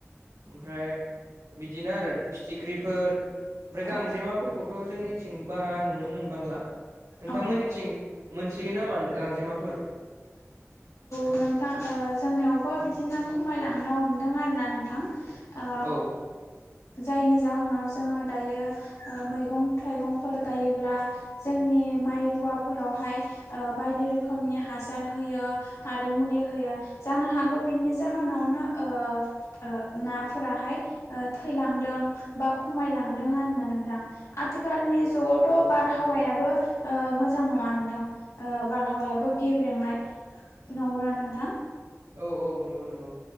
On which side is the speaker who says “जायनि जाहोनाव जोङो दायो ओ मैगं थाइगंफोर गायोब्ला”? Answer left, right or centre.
Left